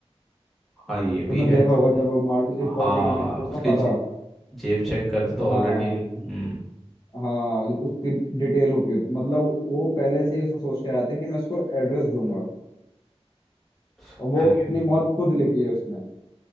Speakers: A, in the centre; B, on the left (about 40°).
A: हाँ ये
B: तुमने
A: भी है
B: देखा होगा जब वो मार उसी
A: हाँ
B: पॉकेट में उसका
A: उसकी
B: पता
A: जे, जेब चेक करते तो
B: हाँ
A: ऑलरेडी हम्म
B: हाँ जब उसकी डिटेल होगी मतलब वो पहले से ही उसको सोच के आया था कि मैं उसको एड्रेस दूंगा
A: समझ
B: और वो अपनी
A: गया।
B: मौत खुद लिखी है उसने